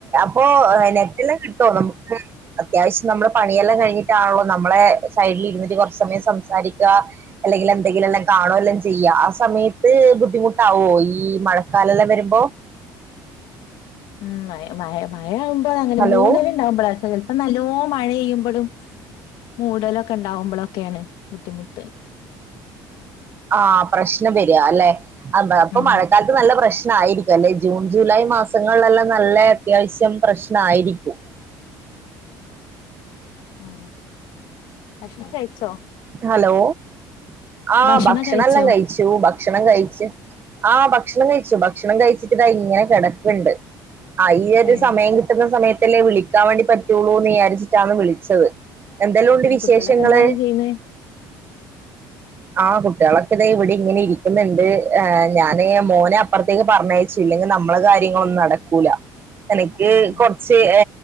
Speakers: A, on the right; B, on the left.
A: ഓഹ് ഏഹ് നെറ്റെല്ലാം കിട്ടും നമുക്ക് അത്യാവശ്യം നമ്മളെ പണിയെല്ലാം കഴിഞ്ഞിട്ടാണല്ലോ, നമ്മളെ സൈഡിൽ ഇരുന്ന്ട്ട് കുറച്ച് സമയം സംസാരിക്ക അല്ലെങ്കിൽ എന്തെങ്കിലും എല്ലാം കാണോ എല്ലാം ചെയ്യാ, ആ സമയത്ത് ബുദ്ധിമുട്ടാവോ ഈ ഈ മഴക്കാലല്ലാം വരുമ്പോ
B: ഉം മഴ മഴ മഴ ആവുമ്പോഴാ അങ്ങനെ
A: ഹലോ
B: മൂടൽ ഉണ്ടാവുമ്പഴാ ചെൽപം നൽ ലോം മഴെയ്യുമ്പോഴും മൂടലൊക്കെ ഉണ്ടാവുമ്പളൊക്കെണ് ബുദ്ധിമുട്ട്
A: ആഹ് പ്രശ്നം വരാല്ലെ?. അബ പ്പം
B: ഉം
A: മഴക്കാലത്ത് നല്ല പ്രശ് ന്നായിരിക്കും അല്ലെ?. ജൂൺ ജൂലൈ മാസങ്ങളിലെല്ലാം നല്ല അത്യാവശ്യം പ്രശ്നായിരിക്കും.
B: ആഹ് ഭക്ഷണം കഴിച്ചോ?
A: ഹലോ, ആഹ്
B: ഭക്ഷണം
A: ഭക്ഷണല്ലാം
B: കഴിച്ചോ
A: കഴിച്ചു ബ ക്ഷണം കഴിച്ചു, ആ ഭക്ഷണം കഴിച്ചു ഭക്ഷണം കഴിച്ചിട്ട് ഇതാ ഇങ്ങനെ കിടക്ക്ണ്ട്. ആഹ് ഈ ഒരു
B: ഏ
A: സമയം കിട്ടുന്ന സമയത്തല്ലേ വിളിക്കാൻ വേണ്ടി പറ്റുള്ളൂന്ന് വിചാരിച്ചിട്ടാണ് വിളിച്ചത്. എന്തെല്ലാം ഉണ്ട് വിശേഷങ്ങള്,
B: കുട്ടികളൊക്കെ എന്താ ചെയ്യുന്നേ
A: ആഹ് കുട്ട്യേളൊക്കെ ഇതെ ഇവിടെ ഇങ്ങനെ ഇരിക്കുന്നുണ്ട്, ആഹ് ഞാന് മോനെ അപ്പുറത്തേക്ക് പർഞ്ഞയച് ഇല്ലങ്കിൽ നമ്മളെ കാര്യങ്ങളൊന്നും നടക്കൂല എനിക്ക്
B: ആഹ്
A: കൊറച്ച് ഏ